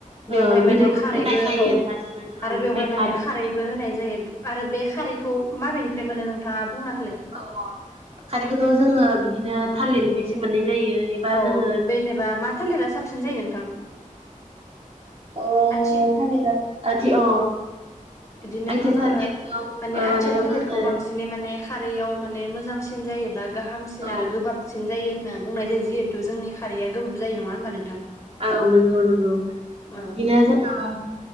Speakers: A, on the left; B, on the right.
A: बेवहाय
B: ओ
A: माने
B: बेदरखौबो
A: खारैबो
B: होनाय जायो
A: औ
B: आरोना जोङो औ
A: आरो
B: ओमफ्राय
A: बेवहाय माने खारैबो
B: होबाय
A: होनाय जायो आरो बे खारैखौ माबेनिफ्राय मोनो नोंथाङा बुंना होलाय
B: अ खारैखौथ' जोंङो बिदिनो थालिरनिफ्रायसो मोननाय जायो एबा
A: औ
B: जोङो
A: बेेनेबा मा थालिरा साबसिन जायो नोंथां?
B: अ
A: आथि
B: थालिर आथि अ
A: बिदिनोथ'
B: आइथिया
A: जोंङो
B: थालिरखौ ओ
A: माने आथिया
B: बानायबा
A: थालिरखौ
B: मोजां जायो
A: बांसिनै माने खारैआव माने मोजांसिन जायोबा गाहामसिन
B: औ
A: आरो गोबाबसिन जायो होनना बुंनाय जायो। जिहेथु जोंनि खारैआ गोबाव जायो नङा होनोमबा नोंथां
B: औ नंगौ नंगौ
A: औ
B: बिदिनो जोंङो